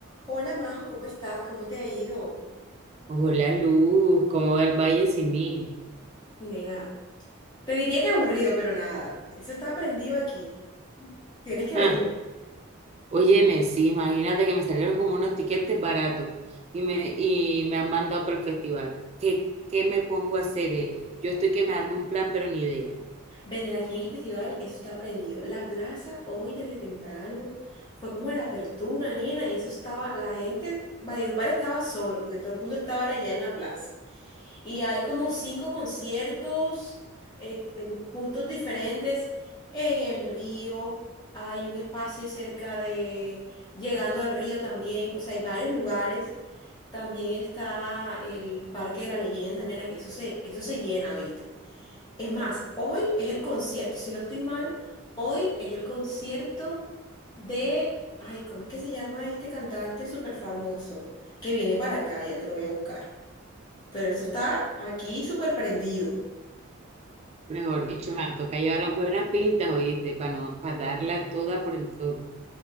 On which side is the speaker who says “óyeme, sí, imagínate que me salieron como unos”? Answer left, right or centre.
Right